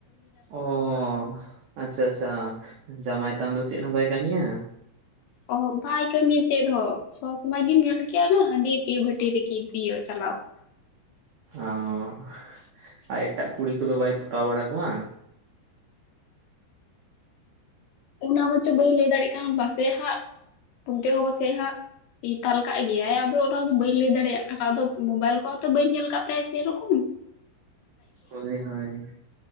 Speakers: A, on the right; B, on the left.
A: ᱚᱸᱻ ᱟᱪᱪᱷᱟ ᱟᱪᱪᱷᱟ ᱡᱟᱢᱟᱭ ᱛᱟᱢ ᱫᱚ ᱪᱮᱫ ᱦᱚᱸ ᱵᱟᱭ ᱠᱟᱹᱢᱤᱭᱟ?
B: ᱚᱸ ᱵᱟᱭ ᱠᱟᱹᱢᱤᱭᱟ ᱪᱮᱫ ᱦᱚᱸ᱾ ᱥᱚᱵ ᱥᱚᱢᱚᱭ ᱜᱮᱢ ᱧᱮᱞ ᱠᱮᱭᱟ ᱦᱟᱺᱰᱤ ᱵᱷᱟᱹᱴᱤ ᱨᱮᱜᱤ ᱛᱤᱭᱳ ᱪᱟᱞᱟᱣ ᱠᱚᱜ ᱾
A: ᱚᱸ ᱟᱨ ᱮᱴᱟᱜ ᱠᱩᱲᱤ ᱠᱚᱫᱚ ᱵᱟᱭ ᱯᱚᱴᱟᱣ ᱵᱟᱲᱟ ᱠᱚᱣᱟ?
B: ᱚᱱᱟ ᱢᱟᱪᱚ ᱵᱟᱹᱧ ᱞᱟᱹᱭ ᱫᱟᱲᱮᱜ ᱠᱟᱱ᱾ ᱯᱟᱥᱮᱜ ᱦᱟᱸᱜ ᱯᱩᱱᱛᱮᱦᱚᱸ ᱯᱟᱥᱮᱜ ᱦᱟᱸᱜ ᱛᱟᱞ ᱠᱟᱜ ᱜᱮᱭᱟᱭ, ᱟᱫᱚ ᱚᱱᱟᱫᱚ ᱵᱟᱹᱧ ᱞᱟᱹᱭ ᱫᱟᱲᱮᱭᱟᱜ ᱠᱟᱱᱟ᱾ ᱟᱫᱚ ᱢᱳᱵᱟᱭᱤᱞ ᱠᱚ ᱦᱚᱸ ᱛᱚ ᱵᱟᱹᱧ ᱧᱮᱞ ᱠᱟᱜ ᱛᱟᱭᱟ ᱥᱮᱨᱚᱠᱚᱢ ᱾
A: ᱦᱳᱭ ᱦᱳᱭ